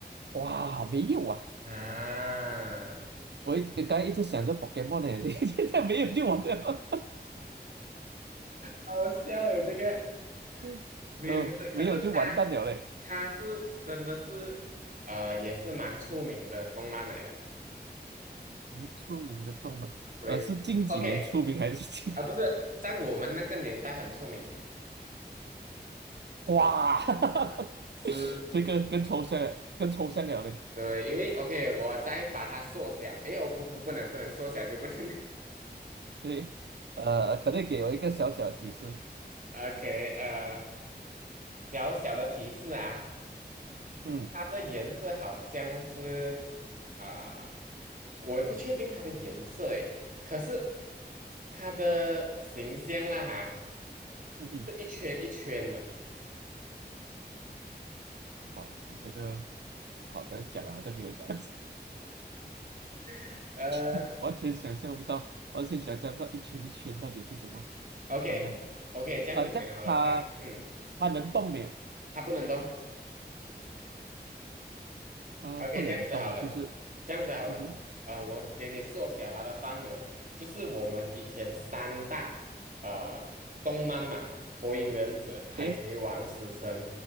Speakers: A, on the right; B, on the right.
A: 哇，没有啊！
B: 啊，
A: 我一刚才一直想着 Pokemon 呢，<laughs> 现在没有就完了，
B: 好笑诶，这个
A: <laughs>
B: 没有，
A: 呃，
B: 不是，可是它
A: 没有就完蛋了嘞。
B: 它是真的是呃，也是蛮出名的动漫来的，
A: 很出名的动漫，
B: 对，OK
A: 呃，是近几年出名还是近？
B: 啊，不是在我们那个年代很出名，
A: 哇，<laughs>
B: 是，
A: 这个更抽象了，更抽象了嘞。
B: 对，因为 OK，我再把它缩小，诶，我不不不能不能缩小就不能
A: 对，呃，可能给我一个小小的提示。
B: <laughs>，OK，呃，小小的提示啊。
A: 嗯
B: 它的颜色好像是啊、我也不确定它的颜色诶，可是它的形象啦哈，
A: 嗯哼，
B: 是一圈一圈的，
A: 哇，你这个好像讲了，好像没有讲，
B: <laughs> 呃
A: <laughs> 完全想象不到，完全想象不到一圈一圈到底是怎么怎么样的。
B: ，OK OK，这样子讲好了，
A: 啊、这样它
B: 它是嗯，
A: 它能动没有？
B: 它不能动，
A: 它不能动，
B: OK，这样子好了，
A: 就是
B: 这样子好了，
A: 嗯哼，
B: 呃，我给你缩小它的范围，就是我们以前三大呃动漫嘛，《火影忍者》《海贼王》《死神》，
A: 对，